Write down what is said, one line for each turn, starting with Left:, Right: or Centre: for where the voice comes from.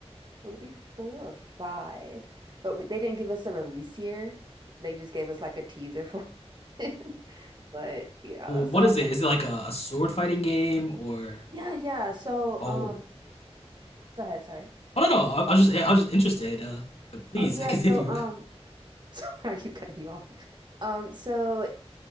Right: Would it be four or five? But we- they didn't give us a release year. They just gave us like a teaser for it. <laughs> But yeah,
Left: Well,
Right: so
Left: what
Right: I
Left: is
Right: was
Left: it?
Right: like,
Left: Is it like a, a sword fighting game or?
Right: yeah, yeah. So
Left: Oh,
Right: um, go ahead. Sorry.
Left: I don't know. I, I was just I was just interested. Uh, please
Right: Oh yeah.
Left: <laughs> continue.
Right: So um, <laughs> sorry, I keep cutting you off. Um, so